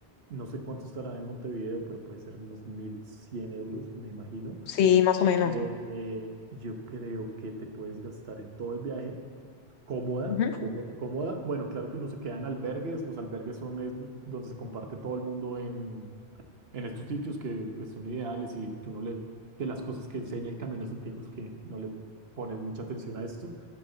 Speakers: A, on the right (about 65°); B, on the left (about 75°).
A: no sé cuánto estará en Montevideo, pero puede ser unos 1.100 euros, me imagino.
B: Sí, más o menos.
A: Eh, yo creo que te puedes gastar en todo el viaje cómoda,
B: Ujú.
A: cómoda, cómoda. Bueno, claro que uno se queda en albergues. Los albergues son es do- donde se comparte todo el mundo en, en estos sitios que pues, son ideales y tú no le... De las cosas que enseña el Camino de Santiago es que no le pones mucha atención a esto.